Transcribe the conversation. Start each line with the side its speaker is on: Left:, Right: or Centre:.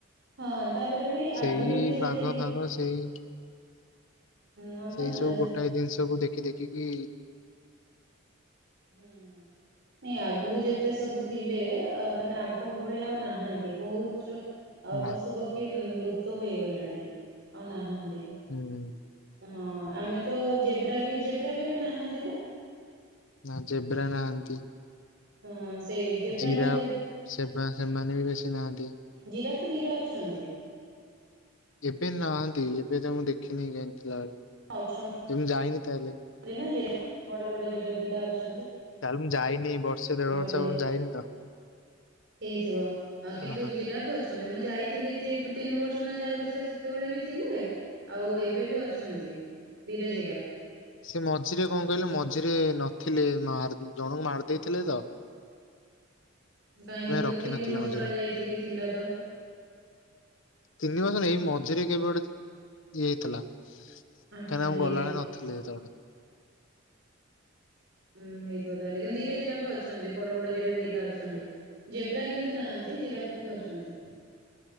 Right: ହଁ ତାପରେ ବି
Left: ସେଇ
Right: ଆଗରୁ ବି ଯେତିକି
Left: ବାଘ ଫାଗ ସେଇ
Right: ହଁ
Left: ସେଇ
Right: ବା
Left: ସବୁ
Right: ଯେ
Left: ଗୋଟାଏ ଜିନିଷକୁୁ ଦେଖି ଦେଖିକି
Right: ହୁଁ। ନାଇଁ ଆଗରୁ ଯେତେ ସବୁ ଥିଲେ ମାନେ ଆଗ ଭଳିଆ ଆଉ ନାହାନ୍ତି ବହୁତ୍ ଆଉ ପଶୁ
Left: ନା
Right: ପକ୍ଷୀ ଲୁପ୍ତ ହେଇଗଲେଣି ଆଉ ନାହାନ୍ତି।
Left: ହୁଁ।
Right: ହଁ ଆମେତ ଜେବ୍ରାବି ଜେବ୍ରାବି ଏବେବି ନାହାନ୍ତି ନା?
Left: ନା ଜେବ୍ରା ନାହାନ୍ତି।
Right: ହଁ ସେଇ ଜେବ୍ରା
Left: ଜିରାଫ୍
Right: ମୁଁ ଯେ
Left: ସେମା ସେମାନେବି ବେଶୀ ନାହାଁନ୍ତି।
Right: ଜିରାଫ୍ ତ ଦିଟା ଅଛନ୍ତି।
Left: ଏବେ ନାହାନ୍ତି ଏବେ ତାଙ୍କୁ ମୁଁ ଦେଖିନି କାଇଁଥିଲା ବେଳେ।
Right: ଅଛନ୍
Left: ଯେମୁ ଯାଇନି ତାହେଲେ।
Right: ଏଇନା ଜିରାଫ ବଡ଼ ବଡ଼ ଜିରାଫ ଦିଟା ଅଛ
Left: ତାହଲେ ମୁଁ ଯାଇନି ବର୍ଷେ ଦେଢ ବର୍ଷ
Right: ଏବେ ଯାଇ
Left: ହବ ମୁଁ ଯାଇନିତ।
Right: ହେଇଥିବ ଆ କିନ୍ତୁ
Left: ଓହୋ
Right: ଜିରାଫ ଅଛନ୍ତି ମୁଁ ଯାଇଥିଲି ଦି ତିନି ବର୍ଷନା ଚାରି ବର୍ଷ ତଳେ ସେତେବେଳେବି ଥିଲେ। ଆଉ ଏବେବି ଅଛନ୍ତି ଦିଟା ଜିରାଫ୍।
Left: ସେ ମଝିରେ କଣ କହିଲ ମଝିରେ ନଥିଲେ ମାର ଜଣଙ୍କୁ ମାରି ଦେଇଥିଲେତ
Right: କାହିଁକି ମୁତ
Left: ରଖିନଥିଲେ
Right: ତିନି ବର୍ଷ
Left: ମଝିରେ
Right: ତଳେ ଯାଇଥିଲି ଥିଲାତ।
Left: ତିନି ବର୍ଷ ନାହିଁ ଏଇ ମଝିରେ କେବେ ଗୋଟେ ଇଏ ହେଇଥିଲା। କାହିଁକିନା
Right: ଆଚ୍ଛା ହେଇଥିବ।
Left: ମୁଁ ଗଲାବେଳେ ନଥିଲେ ହେତେବେଳେ।
Right: ହୁଁ ହେଇଥିବ ତାହଲେ କିନ୍ତୁ ଦିଟା ଜିରାଫ୍ ଅଛନ୍ତି ବଡ଼ ବଡ଼ ଜିରାଫ୍ ଦିଟା ଅଛନ୍ତି। ଜେବ୍ରା କିନ୍ତୁ ନାହାନ୍ତି ଜିରାପ୍ କିନ୍ତୁ ଅଛନ୍ତି।